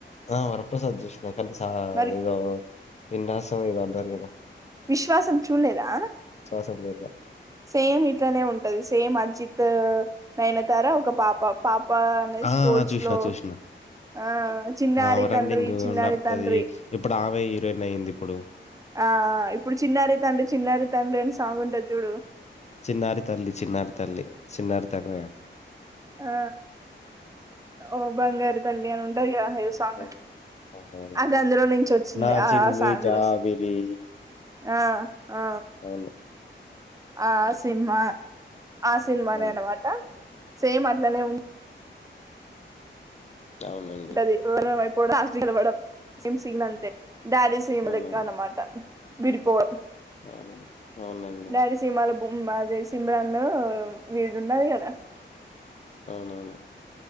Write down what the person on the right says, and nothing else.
మరి
విశ్వాసం చూలేదా
సేమ్ ఇట్లనే ఉంటది సేమ్ అజిత్ నైనతారా ఒక పాప పాప వా అనే
స్పోర్ట్స్
లో
ఆ చిన్నారి
తండ్రి చిన్నారి
తండ్రి
ఆ ఇప్పుడు చిన్నారి తండ్రి చిన్నారి తండ్రిని సాగు ఉంటాది చూడు
ఆ ఆ బంగారు తల్లి అను ఉంటాది కదా సాంగ్
అది అందులో నుంచి వచ్చిందే
ఆ
సా అందులో
ఆ ఆ
ఆ సినిమా ఆ సినిమానే
అనమాట సేమ్ అట్లనే ఉ
ఉంటది పో కూడా ఆశగా మేడం సమ్ సన్ అంతే డాడీసీమలు
ఎక్క అనమాట విడిపోవడం
డాడీసీమలో అది సిమ్రాన్ వీడిది ఉన్నది కదా